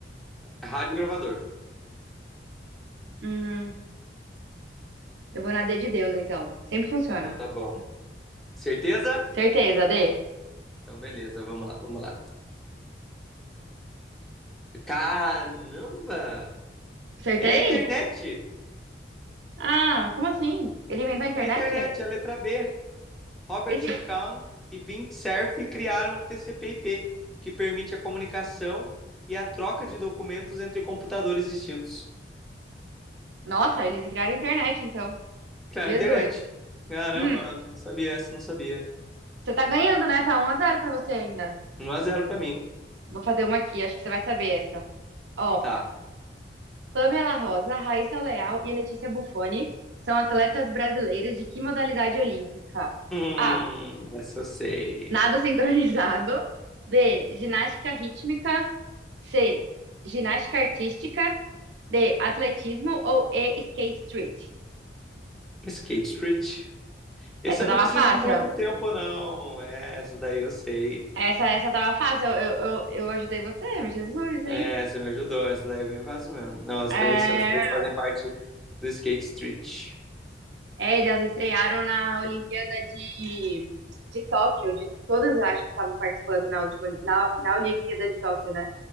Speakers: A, in the centre; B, on the right (about 80°).
A: Rádio gravador.
B: Hum, eu vou na D de Deus, então. Sempre funciona.
A: Então tá bom. Certeza?
B: Certeza, D.
A: Então, beleza, vamos lá, vamos lá. Caramba!
B: Acertei?
A: É a internet!
B: Ah, como assim? Ele inventou a internet?
A: É a internet, é a letra B. Robert
B: Esse...
A: Kahn e Vint Cerf criaram o TCP/IP, que permite a comunicação e a troca de documentos entre computadores distintos.
B: Nossa, eles criaram a internet, então.
A: Claro,
B: Jesus.
A: internet. Caramba,
B: Hum,
A: não sabia essa, não sabia.
B: você tá ganhando, né? Tá um a zero pra você ainda.
A: Um a zero pra mim.
B: Vou fazer uma aqui, acho que você vai saber essa. Ó,
A: Tá.
B: Pamela Rosa, Raíssa Leal e Letícia Buffoni são atletas brasileiras de que modalidade olímpica?
A: Hum,
B: A.
A: essa eu sei.
B: Nado <laughs> sincronizado. B. Ginástica rítmica. C. Ginástica artística. D. Atletismo ou E. Skate street.
A: Skate Street. Esse
B: Essa
A: eu
B: tava
A: não preciso
B: fácil.
A: de muito tempo, não. Essa daí eu sei.
B: Essa, essa tava fácil. Eu, eu, eu ajudei você, Jesus, hein?
A: É, você me ajudou. Essa daí é bem fácil mesmo. Não, as
B: É,
A: três, as três fazem parte do Skate Street.
B: É, elas estrearam na Olimpíada de, de Tóquio, de todas eu acho que estavam participando na última, na, na Olimpíada de Tóquio, né?